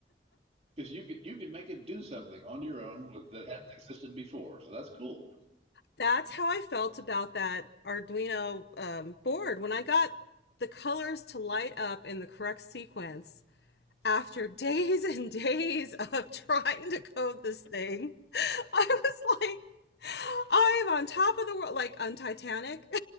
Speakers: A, on the right (about 35°); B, on the left (about 70°).
A: Because you could you could make it do something on your own with, that hadn't existed before. So that's cool.
B: That's how I felt about that Arduino um, board when I got the colors to light up in the correct sequence after days and days of trying to code this thing, I was like, I am on top of the world, like on Titanic.